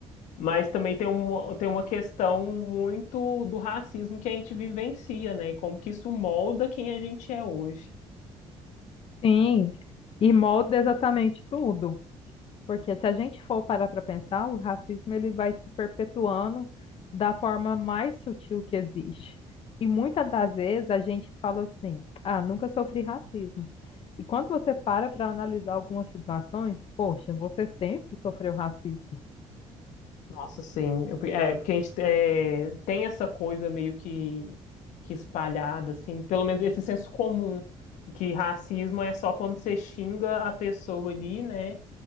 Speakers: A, on the left (about 85°); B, on the left (about 50°).
A: mas também tem uma, tem uma questão muito do racismo que a gente vivencia, né? E como que isso molda quem a gente é hoje.
B: Sim, e molda exatamente tudo. Porque se a gente for parar para pensar, o racismo ele vai se perpetuando da forma mais sutil que existe. E muitas das vezes a gente fala assim: ah, nunca sofri racismo. E quando você para para analisar algumas situações, poxa, você sempre sofreu racismo.
A: Nossa, sim. Eu- É, porque a gente é, tem essa coisa meio que, que espalhada, assim, pelo menos esse senso comum, que racismo é só quando você xinga a pessoa ali, né?